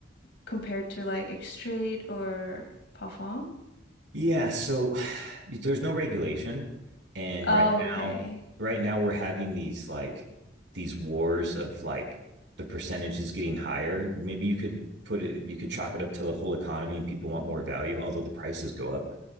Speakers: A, on the left; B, on the right.
A: compared to like X-Straight or Parfum?
B: yeah so <sighs> there's no regulation and
A: Oh,
B: right
A: okay.
B: now right now we're having these like these wars of like the percentage is getting higher maybe you could put it you could chalk it up to the whole economy and people want more value although the prices go up